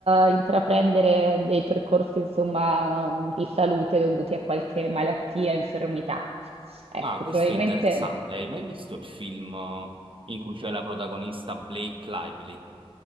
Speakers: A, on the right; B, on the right.
A: eh, intraprendere dei percorsi insomma, di salute dovuti a qualche malattia, infermità. Ecco,
B: Ah, questo
A: probabilmente...
B: è interessante. Hai mai visto il film eh, in cui c'è la protagonista Blake Lively?